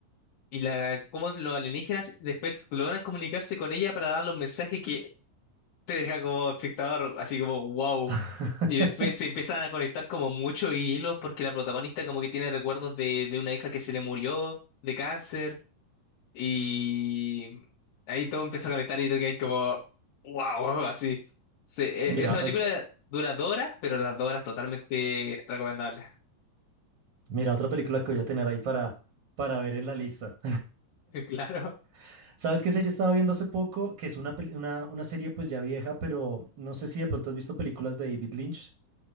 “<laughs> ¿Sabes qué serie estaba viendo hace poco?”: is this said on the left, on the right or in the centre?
Right